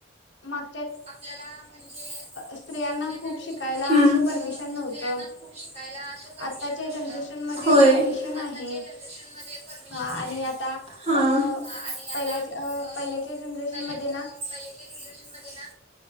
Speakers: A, on the left (about 65°); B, on the right (about 30°).
A: -माग
B: आपल्याला म्हणजे
A: स्त्रियांना
B: मागच्या
A: खूप
B: जनरेशनमधे,
A: शिकायला
B: हा-
A: असं परमिशन नव्हतं.
B: स्त्रीयांना खुप शिकायला असं परमीशन
A: आत्ताच्या
B: नव्हतं.
A: जनरेशन मध्ये
B: होय,
A: परमिशन
B: आत्ताच्या
A: आहे
B: जनरेशन मध्ये परमीशन
A: आणि
B: आहे.
A: आता
B: हा
A: अ
B: आणि आता-
A: पहिल्याच्या
B: आ
A: पहिल्याच्या जनरेशन
B: पहि
A: मध्ये ना
B: पहिल्याच्या जनरेशनमध्ये ना